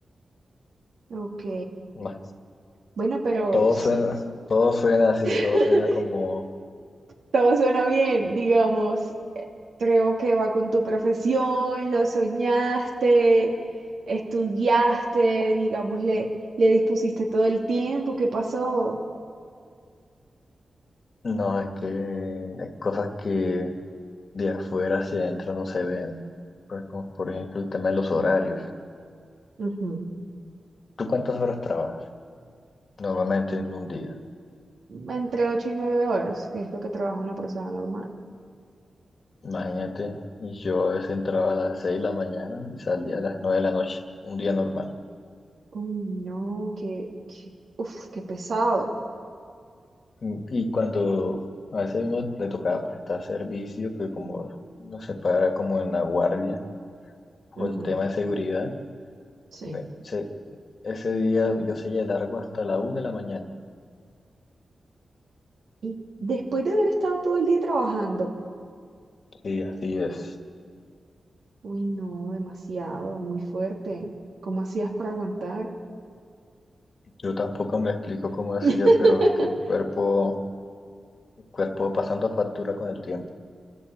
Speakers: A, on the right; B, on the left.
A: ok.
B: Más,
A: Bueno, pero
B: todo
A: sí.
B: suena, todo suena así,
A: <laughs>
B: todo suena como,
A: Todo suena bien, digamos. eh, Creo que va con tu profesión, lo soñaste, estudiaste, digamos, le, le dispusiste todo el tiempo que pasó
B: no, es que hay cosas que de afuera hacia adentro no se ven, pues como por ejemplo el tema de los horarios.
A: Ujú.
B: ¿Tú cuántas horas trabajas? Normalmente en un día.
A: entre ocho y nueve horas, que es lo que trabaja una persona normal.
B: Imagínate, y yo a veces entraba a las 6 de la mañana y salía a las 9 de la noche, un día normal.
A: Uy, no, qué, qué- Uf, qué pesado.
B: Y, y cuando a veces uno le tocaba prestar servicio, que como nos separa como en la guardia o
A: ujú,
B: el tema de seguridad,
A: Sí.
B: me- se- ese día yo seguía de largo hasta la una de la mañana.
A: Y después de haber estado todo el día trabajando,
B: Sí, así es.
A: uy, no, demasiado, muy fuerte. ¿Cómo hacías para aguantar?
B: Yo tampoco me explico cómo hacía,
A: <laughs>
B: pero que el cuerpo, el cuerpo va pasando factura con el tiempo.